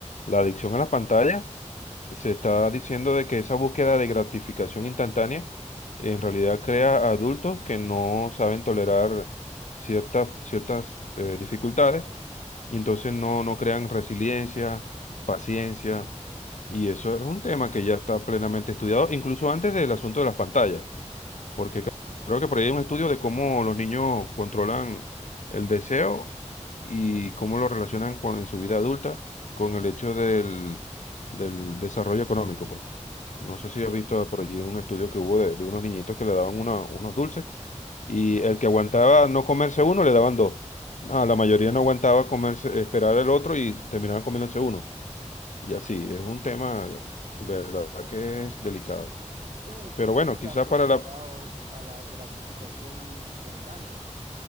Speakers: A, on the left; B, on the right.
A: la adicción a la pantalla se está diciendo de que esa búsqueda de gratificación instantánea en realidad crea adultos que no saben tolerar ciertas, ciertas eh, dificultades y entonces no, no crean resiliencia, paciencia. Y eso es un tema que ya está plenamente estudiado, incluso antes del asunto de las pantallas, porque cre- creo que por ahí hay un estudio de cómo los niños controlan el deseo y cómo lo relacionan con, en su vida adulta con el hecho del, del desarrollo económico, pues. No sé si has visto por allí un estudio que hubo de, de unos niñitos que le daban una- unos dulces y el que aguantaba no comerse uno le daban dos. No, la mayoría no aguantaba comerse, esperar el otro y terminaban comiéndose uno. Y así, es un tema, verdad que es delicado.
B: Es como
A: Pero
B: que estamos
A: bueno, quizás
B: acostumbrados
A: para la...
B: a la gratificación instantánea.